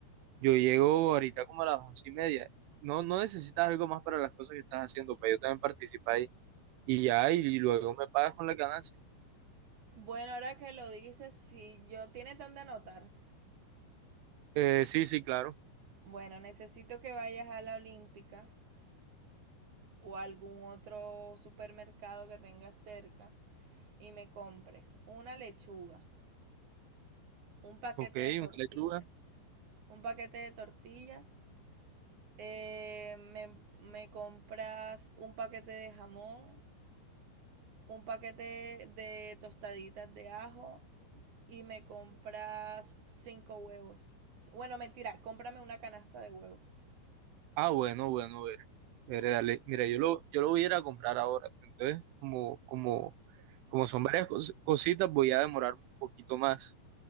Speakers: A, on the right (about 85°); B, on the right (about 65°).
A: yo llego ahorita como a las once y media. No, no necesitas algo más para las cosas que estás haciendo, pero yo también participo ahí. Y ya, y, luego me pagas con la ganancia.
B: Bueno, ahora que lo dices, si yo tiene donde anotar.
A: Eh, sí, sí, claro.
B: Bueno, necesito que vayas a la Olímpica o a algún otro supermercado que tengas cerca y me compres una lechuga, Un paquete
A: Ok,
B: de tortillas.
A: una lechuga.
B: Un paquete de tortillas. eh, me, me compras un paquete de jamón, un paquete de tostaditas de ajo y me compras cinco huevos. Bueno, mentira, cómprame una canasta de huevos.
A: Ah, bueno, bueno, ver, ver, dale. Mira, yo lo, yo lo voy a ir a comprar ahora, pero entonces, como, como, como son varias cos- cositas, voy a demorarme un poquito más,